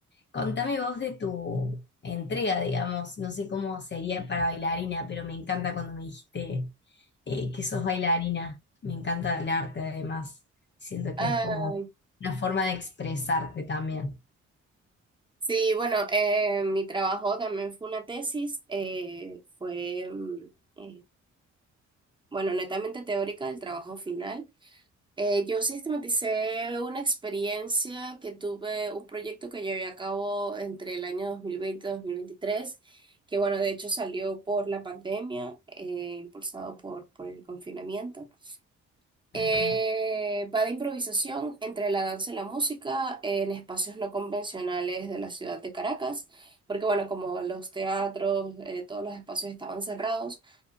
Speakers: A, on the left; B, on the right.
A: Contame vos de tu entrega, digamos, no sé cómo sería para bailarina, pero me encanta cuando me dijiste eh, que sos bailarina, me encanta el arte además, siento
B: Ay,
A: que es como una forma de expresarte también.
B: sí, bueno, eh, mi trabajo también fue una tesis, eh, fue, mm, eh, bueno, netamente teórica, el trabajo final. Eh, yo sistematicé una experiencia que tuve, un proyecto que llevé a cabo entre el año 2020 y 2023, que bueno, de hecho salió por la pandemia, eh, impulsado por, por el confinamiento. Eh,
A: Ajá,
B: va de improvisación entre la danza y la música en espacios no convencionales de la ciudad de Caracas, porque bueno, como los teatros, eh, todos los espacios estaban cerrados.